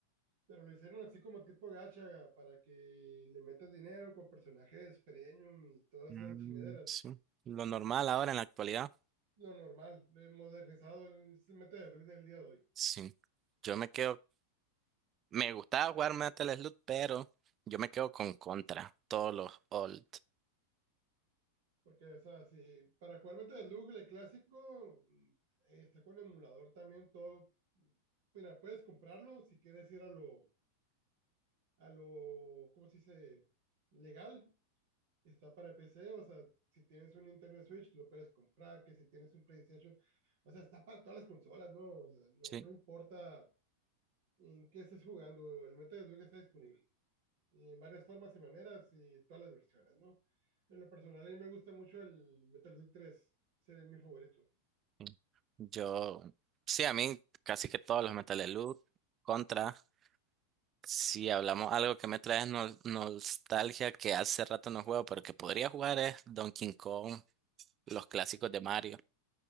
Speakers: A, on the right; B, on the right.
A: pero lo hicieron así como tipo gacha, para que le metas dinero con personajes premium y todas
B: Mm,
A: esas chingaderas.
B: sí, lo normal ahora en la actualidad.
A: Lo normal, lo he modernizado, el Beta de Luke del día de hoy.
B: Sí, yo me quedo, me gustaba jugar Metal Slug, pero yo me quedo con Contra, todos los old.
A: Porque, o sea, si para jugar Battle del Google clásico, mm, eh, está con emulador también todo. Mira, puedes comprarlo si quieres ir a lo, a lo, ¿cómo se dice? Legal. Está para PC, o sea, si tienes un Nintendo Switch, lo puedes comprar, que si tienes un PlayStation, o sea, está para todas las consolas, ¿no? O sea, no,
B: Sí,
A: no importa en qué estés jugando, el Metal Slug está disponible y en varias formas y maneras y todas las versiones, ¿no? En lo personal, a mí me gusta mucho el Metal Slug 3, ese es mi favorito.
B: sí. yo, sí, a mí casi que todos los Metal Slug, Contra. Si hablamos algo que me trae nol- nostalgia que hace rato no juego, pero que podría jugar es Donkey Kong, los clásicos de Mario.